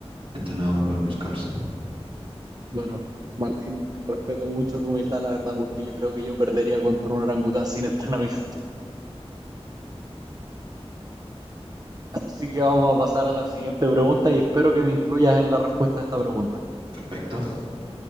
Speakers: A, on the right; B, on the right.
A: entrenado por Magnus Carlsen.
B: Bueno, Martín, respeto mucho tu humildad, la verdad, porque yo creo que yo perdería contra un orangután sin entrenamiento. <laughs> Así que vamos a pasar a la siguiente pregunta y espero que me incluyas en la respuesta a esta pregunta.
A: Perfecto.